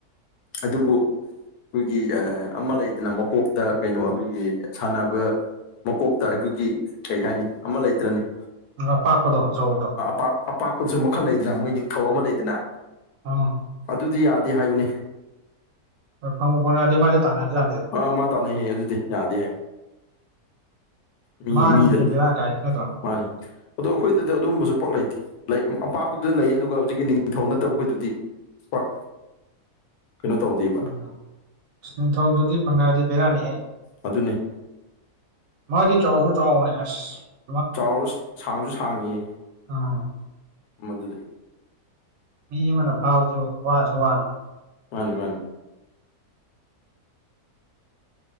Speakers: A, on the left (about 80°); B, on the right (about 65°).
A: ꯑꯗꯨꯕꯨ ꯑꯩꯈꯣꯏꯒꯤ ꯑ ꯑꯃ ꯂꯩꯗꯅ ꯃꯀꯣꯛꯇ ꯀꯩꯅꯣ ꯑꯩꯈꯣꯏꯒꯤ ꯁꯥꯟꯅꯕ ꯃꯀꯣꯛꯇ ꯑꯩꯈꯣꯏꯒꯤ ꯀꯩ ꯍꯥꯏꯅꯤ ꯑꯃ ꯂꯩꯇꯔꯅꯦ
B: ꯎ ꯑꯄꯥꯛꯄꯗꯣ ꯑꯆꯧꯕꯗꯣ
A: ꯄꯥꯛ ꯑꯄꯥꯛꯄꯁꯨ ꯃꯈꯜ ꯂꯩꯗꯅ ꯃꯣꯏ ꯅꯤꯡꯊꯧ ꯑꯃ ꯂꯩꯗꯅ
B: ꯑꯥ
A: ꯑꯗꯨꯗꯤ ꯌꯥꯗꯦ ꯍꯥꯏꯕꯅꯤ
B: ꯍꯣꯏ ꯐꯪꯕꯨ ꯐꯪꯔꯗꯤ ꯇꯥꯟꯅꯕꯖꯥꯟꯅꯤꯗ
A: ꯑꯥ ꯃꯥ ꯇꯥꯅꯩꯌꯦ ꯑꯗꯨꯗꯤ ꯌꯥꯗꯤ ꯍꯥꯏꯃꯤꯅꯤ ꯃꯤ
B: ꯃꯥꯅꯤꯅꯦ
A: ꯃꯤꯅ
B: ꯕꯦꯔꯥ ꯀꯥꯏꯁꯦ ꯅꯠꯇ꯭ꯔꯣ
A: ꯃꯥꯅꯦ ꯑꯗꯣ ꯑꯩꯈꯣꯏꯗꯗꯤ ꯑꯗꯨꯝꯕꯁꯨ ꯄꯛ ꯂꯩꯇꯦ ꯂꯩ ꯑꯄꯥꯛꯄꯗꯨꯗ ꯂꯩ ꯑꯗꯨꯒ ꯍꯧꯖꯤꯛꯀꯤ ꯅꯤꯡꯊꯧ ꯅꯠꯇꯕ ꯑꯩꯈꯣꯏꯗꯨꯗꯤ ꯄꯛ ꯀꯩꯅꯣ ꯇꯧꯕꯗꯤ
B: ꯎꯝ ꯅꯤꯡꯊꯧꯗꯨꯗꯤ ꯐꯪꯉꯛꯑꯗꯤ ꯕꯦꯔꯥꯅꯤ
A: ꯑꯗꯨꯅꯦ
B: ꯃꯥꯗꯤ ꯆꯥꯎꯁꯨ ꯆꯥꯎꯥꯎꯅꯦꯁ
A: ꯆꯥꯎꯔꯥꯎꯔ ꯁꯥꯡꯁꯨ ꯁꯥꯡꯉꯤ
B: ꯑ
A: ꯎꯝ ꯑꯗꯨꯗꯤ
B: ꯃꯤ ꯑꯃꯅ ꯐꯥꯕꯁꯨ ꯋꯥꯁꯨ ꯋꯥꯅꯤ ꯃꯥꯗꯤ
A: ꯃꯥꯅꯦ ꯃꯥꯅꯦ